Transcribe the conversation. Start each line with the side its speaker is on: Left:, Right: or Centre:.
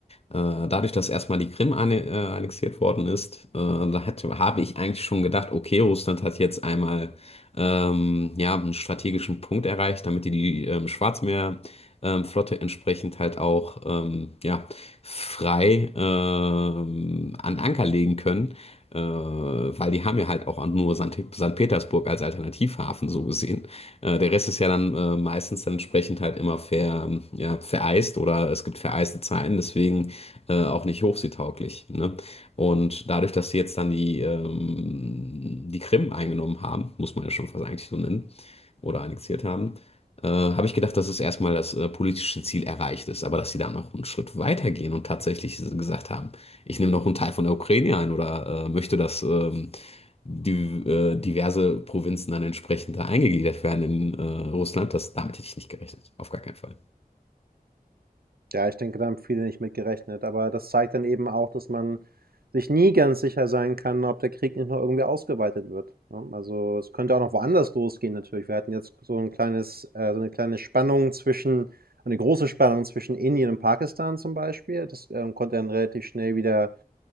Left: Äh, dadurch, dass erstmal die Krim anne äh, annexiert worden ist, äh, da hätte, habe ich eigentlich schon gedacht, okay, Russland hat jetzt einmal ähm, ja, einen strategischen Punkt erreicht, damit die die ähm, Schwarzmeerflotte ähm, Flotte entsprechend halt auch ähm, ja, frei äh, an Anker legen können, äh, weil die haben ja halt auch nur St. St. Petersburg als Alternativhafen so gesehen. Äh, der Rest ist ja dann äh, meistens dann entsprechend halt immer ver, ja, vereist oder es gibt vereiste Zeiten, deswegen äh, auch nicht hochseetauglich. Ne? Und dadurch, dass sie jetzt dann die, ähm, die Krim eingenommen haben, muss man ja schon fast eigentlich so nennen, oder annexiert haben, äh, habe ich gedacht, dass es erstmal das äh, politische Ziel erreicht ist, aber dass sie da noch einen Schritt weitergehen und tatsächlich gesagt haben, ich nehme noch einen Teil von der Ukraine ein oder äh, möchte, dass ähm, die, äh, diverse Provinzen dann entsprechend da eingegliedert werden in äh, Russland, das, damit hätte ich nicht gerechnet. Auf gar keinen Fall.
Right: Ja, ich denke, da haben viele nicht mit gerechnet, aber das zeigt dann eben auch, dass man sich nie ganz sicher sein kann, ob der Krieg nicht noch irgendwie ausgeweitet wird, ne? Also, es könnte auch noch woanders losgehen natürlich. Wir hatten jetzt so 'n kleines äh, so eine kleine Spannung zwischen eine große Spannung zwischen Indien und Pakistan zum Beispiel. Das, ähm, konnte dann relativ schnell wieder,